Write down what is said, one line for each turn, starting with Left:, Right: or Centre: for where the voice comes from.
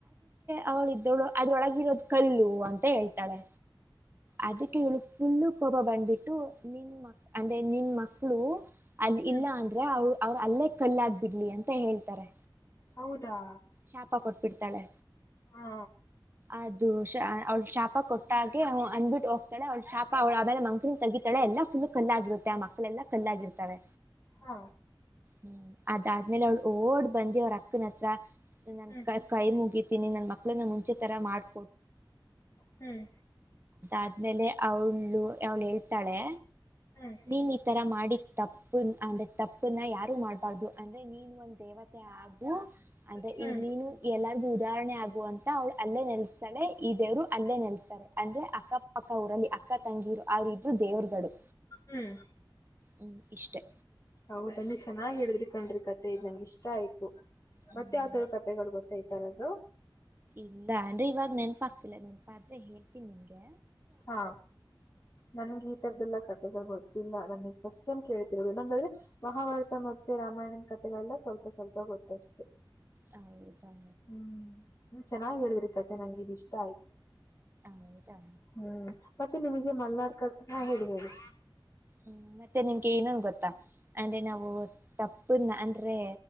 Right: ಅವಳ ಇದ್ದವಳು ಅದ್ರೊಳಗಿರೋದು ಕಲ್ಲು ಅಂತ ಹೇಳ್ತಾಳೆ ಅದಕ್ಕೆ ಹೇಳ ಫೂಲ್ಲು ಕೋಬ ಬಂದ್ಬಿಟ್ಟು ನಿನ್ ಮ ಅಂದ್ರೆ ನಿನ್ ಮಕ್ಳು ಅಲ್ಲಿ
Left: ಹ್ಮ್
Right: ಇಲ್ಲ ಅಂದ್ರೆ ಅವಳ ಅವರ ಅಲ್ಲೇ ಕಲ್ಲಾಗ್ ಬಿಡ್ಲಿ ಅಂತ ಹೇಳ್ತಾರೆ.
Left: ಹೌದಾ
Right: ಶಾಪಾ ಕೊಟ್ಬಿಡ್ತಾಳೆ.
Left: ಹಾ
Right: ಅದು ಶ ಅವ್ಳ ಶಾಪ ಕೊಟ್ಟಾಗೆ ಅವ ಅಂದ್ಬಿಟ್ಟು ಹೋಗ್ತಾಳ ಅವಳ ಶಾಪ ಅವಳ ಆಮೇಲ್ ಮಂಕಳನ್ ತೆಗಿತಾಳೆ ಎಲ್ಲಾ ಫುಲ್ಲು ಕಲ್ಲಾಗಿರುತ್ತೆ ಆ ಮಕ್ಕಳೆಲ್ಲಾ ಕಲ್ಲಾಗಿರ್ತವೆ.
Left: ಹಾ
Right: ಹ್ಮ್ ಅದಾದ್ಮೇಲೆ ಅವ್ಳ ಓಡ್ ಬಂದಿ ಅವ್ರ ಅಕ್ಕನತ್ರ ನೀ ನನ್
Left: ಹ್ಮ್
Right: ಕ ಕೈ ಮುಗಿತೀನಿ ನನ್ ಮಕ್ಳುನ್ನ ಮುಂಚೆ ತರಾ ಮಾಡ್
Left: ಹ್ಮ್
Right: ಆದ್ಮೇಲೆ ಅವಳು ಅವಳ ಹೇಳ್ತಾಳೆ
Left: ಹ್ಮ್
Right: ನೀನ್ ಈ ತರ ಮಾಡಿ ತಪ್ಪ ಅಂದ್ರೆ ತಪ್ಪನ ಯ ಮಾಡ್ಬಾರ್ದು ಅಂದ್ರೆ ನೀನ ಒಂದ್ ದೇವತೆ ಆಗು ಅಂದ್ರೆ
Left: ಹ್ಮ್
Right: ಈ ನೀನು ಎಲ್ಲರಿಗು ಉದಾಹರಣೆ ಆಗುವ ಅಂತ ಅವಳ ಅಲ್ಲೇ ನೆಲ್ಸ್ತಾಳೆ ಇದ ದೇವ್ರು ಅಲ್ಲೇ ನೆಲ್ಸ್ತಾರೆ ಅಂದ್ರೆ ಅಕ್ಕ ಪಕ್ಕ ಊರಲ್ಲಿ ಅಕ್ಕ ತಂಗಿರು ಅವ್ರ ಇಬ್ಬರು ದೇವರುಗಳು.
Left: ಹ್ಮ್
Right: ಹ್ಮ್ ಇಷ್ಟೇ.
Left: ಹೌದ ನೀ ಚೆನ್ನಾಗ್ ಹೇಳಿದ್ರಿ ಕಂಡ್ರಿ ಕತೆ ಇದ್ ನಂಗ ಇಷ್ಟ ಆಯ್ತು.
Right: ಹ್ಮ್.
Left: ಮತ್ತೆ ಯಾವತರ ಕತೆಗಳು ಗೊತ್ತ ಈತರದ್ದು.
Right: ಇಲ್ಲ ಅನ್ರಿ ಇವಾಗ ನೆನಪಾಗ್ತಿಲ್ಲ ನೆನಪ ಆದ್ರೆ ಹೇಳ್ತೀನಿ ನಿನ್ಗೆ.
Left: ಹಾ ನನ್ಗೆ ಈ ತರದ್ದಲ್ಲ ಕತೆಗೊಳ್ ಗೊತ್ತ್ ಇಲ್ಲ ನನಗೆ ಫಸ್ಟ್ ಟೈಮ್ ಕೇಳ್ತಿರೋದು ನಂಗಾದ್ರೆ ಮಹಾಭಾರತ ಮತ್ತ ರಾಮಾಯಣದ ಕತೆಗಳೆಲ್ಲ ಸ್ವಲ್ಪ ಸ್ವಲ್ಪ ಗೊತ್ತ ಅಷ್ಟೇ.
Right: ಹೌದಾ.
Left: ಹ್ಮ್ ಚೆನ್ನಾಗ್ ಹೇಳುದ್ರಿ ಕತೆ ನಂಗಿದ ಇಷ್ಟ ಆಯ್ತು.
Right: ಹೌದಾ
Left: ಹ್ಮ್ ಮತ್ತೆ ನಿಮಗೆ ಮಲ್ನಾಡ್ ಕರ್ತ ಹೇಳಿ ಹೇಳಿ
Right: ಹ್ಮ ಮತ್ತೆ ನಿಮ್ಗೆ ಇನ್ನೊಂದ್ ಗೊತ್ತಾ ಅಂದ್ರೆ ನಾವು ತಪ್ಪನ್ನ ಅಂದ್ರೆ